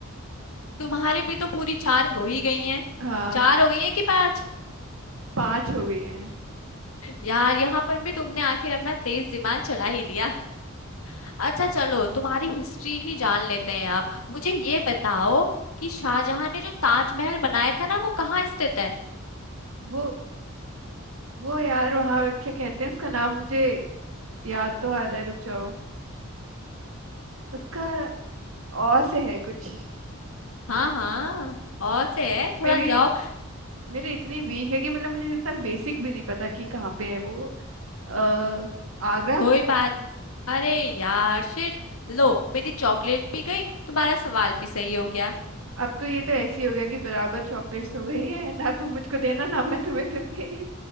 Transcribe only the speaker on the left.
तुम्हारी भी तो पूरी चार हो ही गई हैं
चार हो गई है कि पांच
यार यहाँ पर भी तुमने आखिर अपना तेज दिमाग चला ही दिया अच्छा चलो तुम्हारी हिस्ट्री ही जान लेते हैं आप मुझे ये बताओ कि शाहजहां ने जो ताजमहल बनाया था ना वो कहाँ स्थित है
हाँ हाँ और से है थोड़ा
जाओ
कोई बात न- अरे यार शिट लो मेरी चॉकलेट भी गई तुम्हारा सवाल भी सही हो गया